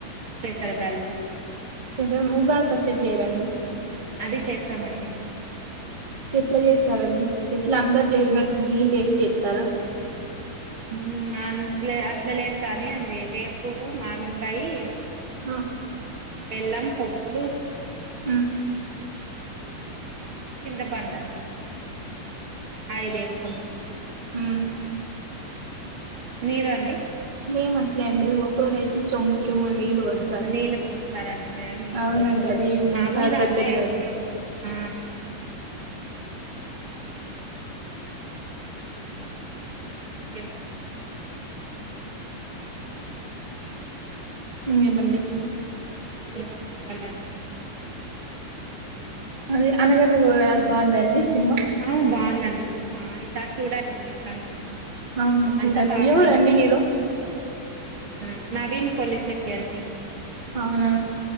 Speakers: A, on the right; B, on the right.
A: పెసర్ ల్ గల్
B: కొంచం ఊగా పచ్చడి జేయరండి
A: అది చేస్తామండి
B: ఎట్లా చేసారండి ఎట్లా అందరు చేసినట్ నీళ్ళు ఏసి చెస్తారా
A: ఊమ్ అట్లే అట్లే లేదు కానీ అండి వేపువు మామిడికాయి
B: అ
A: బెల్లం పొప్పులు
B: ఉ
A: చింత పండను అయిదే అ
B: ఊమ్
A: మీరు అండి
B: మేము అట్లేండి ఒక్కో రైస్ చెమ్ములు చెమ్ములు నీళ్ళు పోస్తారు
A: నీళ్ళు పోస్తారు అందుకే నీళ్ళు
B: అవునండి
A: పోసేలేదు
B: అది
A: మామూలుగా
B: గాది పచ్చడి
A: అట్లే
B: కాదు
A: ఆ ఎన్
B: ఇకేమండి
A: ఏం చెపాలండి
B: అది అనగా నువ్వు అ బాగుందండి సినిమా
A: అవు బాగుందం సినిమా అంత చూడండి మీరు అం
B: అవును చూడాలి
A: అంతా కామీడే
B: ఎవరండి
A: సినిమా
B: హీరో
A: ఉ నవీన్ పొలశెట్టి అండీ
B: అవునా